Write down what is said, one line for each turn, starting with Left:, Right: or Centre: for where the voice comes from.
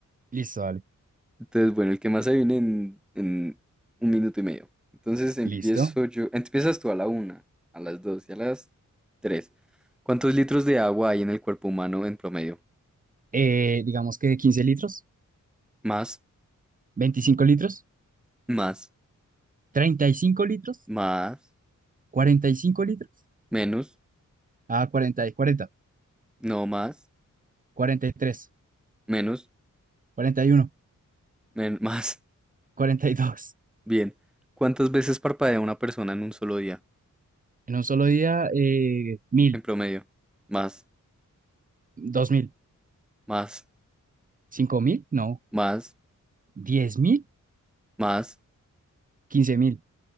Right: Listo, vale,
Centre: Entonces, bueno, el que más adivine en, en un minuto y medio. Entonces empiezo
Right: listo.
Centre: yo. Empiezas tú a la una, a las dos y a las tres. ¿Cuántos litros de agua hay en el cuerpo humano en promedio?
Right: Eh, digamos que quince litros,
Centre: Más,
Right: veinticinco litros,
Centre: más,
Right: treinta y cinco litros,
Centre: más,
Right: cuarenta y cinco litros,
Centre: menos,
Right: ah, cuarenta, y cuarenta,
Centre: no más.
Right: cuarenta y tres,
Centre: Menos,
Right: cuarenta y uno
Centre: men- <laughs> más,
Right: cuarenta y dos
Centre: bien. ¿Cuántas veces parpadea una persona en un solo día?
Right: En un solo día, eh, mil
Centre: En promedio. Más,
Right: dos mil,
Centre: más,
Right: cinco mil no,
Centre: más,
Right: diez mil
Centre: más.
Right: 15000,